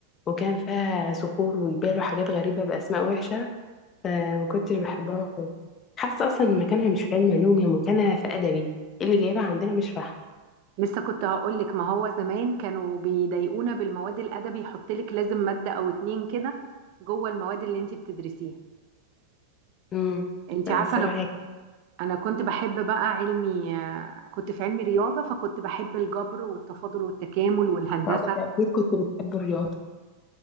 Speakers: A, on the left (about 30°); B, on the right (about 45°).
A: وكان فيها صخور وجبال وحاجات غريبه باسماء وحشه فما كنتش بحبها خالص حاسه اصلا إن مكانها مش في علم علوم هي مكانها في ادبي إيه اللي جايبها عندنا مش فاهمه
B: لسه كنت هقولك ما هو زمان كانوا بيضايقونا بالمواد الأدبي يحطلك لازم مادة أو اتنين كده جوه المواد اللي انت بتدرسيها
A: امم
B: انت
A: فالصراحه
B: عارفة أنا
A: هي كانت
B: أنا كنت بحب بقى علمي آه كنت في علمي رياضة فكنت بحب الجبر والتفاضل والتكامل والهندسة
A: صعبة. اكيد كنت بتحب الرياضه